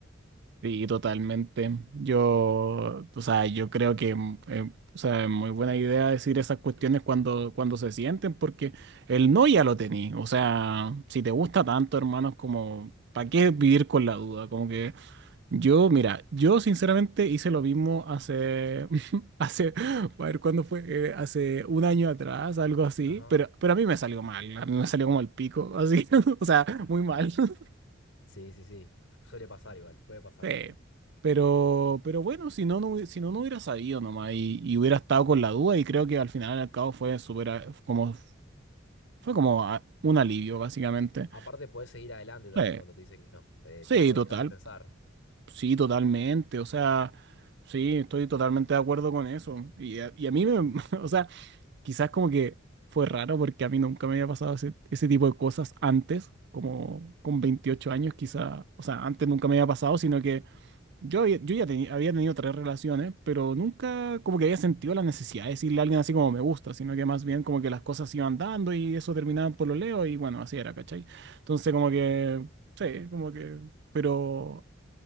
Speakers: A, on the right (about 60°); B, on the left (about 75°).
A: Sí, totalmente. Yo, o sea, yo creo que mm, eh, o sea, es muy buena idea decir esas cuestiones cuando, cuando se sienten, porque el no ya lo tení. O sea, si te gusta tanto, hermano, es como, ¿para qué vivir con la duda? Como que Yo, mira, yo sinceramente hice lo mismo hace, <laughs> hace, a ver, ¿cuándo fue? Eh, hace un año atrás, algo así,
B: Ajá.
A: pero, pero a mí me salió mal, a mí me salió como el pico, así, <laughs> o sea, muy mal. <laughs>
B: Sí, sí, sí. Suele pasar igual, puede pasar.
A: Sí. Pero, pero bueno, si no, no, hubi- si no, no hubiera sabido nomás y, y hubiera estado con la duda y creo que al final al cabo fue súper, a- como, fue como a- un alivio, básicamente.
B: Aparte, puedes seguir adelante también
A: Sí,
B: cuando te dicen que no. Eh,
A: sí,
B: tipo,
A: total.
B: dejas de pensar.
A: Sí, totalmente. O sea, sí, estoy totalmente de acuerdo con eso. Y a, y a mí me, <laughs> o sea, quizás como que fue raro porque a mí nunca me había pasado ese, ese tipo de cosas antes, como con 28 años, quizás, o sea, antes nunca me había pasado, sino que yo, ya- yo ya teni- había tenido tres relaciones, pero nunca
B: Ajá.
A: como que había sentido la necesidad de decirle a alguien así como me gusta, sino que más bien como que las cosas iban dando y eso terminaba por lo leo y bueno, así era, ¿cachai? Entonces como que, sí, como que, pero